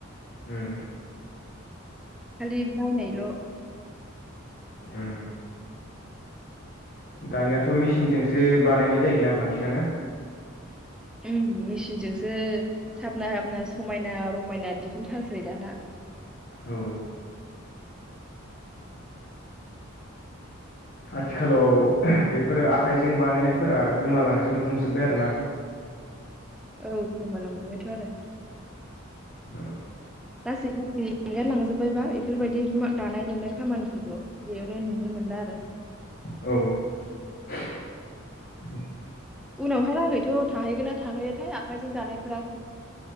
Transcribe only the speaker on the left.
उम
उम दानियाथ' मेसिनजोंसो बानायनाय जायोना बांसिनानो?
औ आथिखालाव बेफोरो आखायजों बानायनायफोरा गोमालांजोबनो हमजोब्बाय आरोना
उम
औ